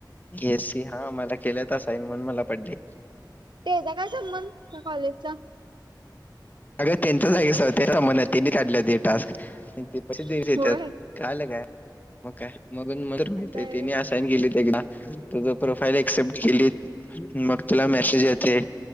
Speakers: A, on the left; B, on the right.
A: ए एस सी हा मला केल्यात असाईन, म्हणून मला पडलय.
B: ते यचा काय संमंद, त्या कॉलेजचा.?
A: अग त्येंचच हाय की, तंचाच संमंद हाय, तनी काढल्यात हे टास्क, पैशे तनी
B: होय
A: देण्यात. कळालं काय, मग काय मग म
B: असं
A: माहतीय
B: आहे
A: त्यानी
B: व्हय.
A: असाईन केल ते तुजं प्रोफाईल एऍक्सेप्ट केलीत मग तुला मेसेज येतय,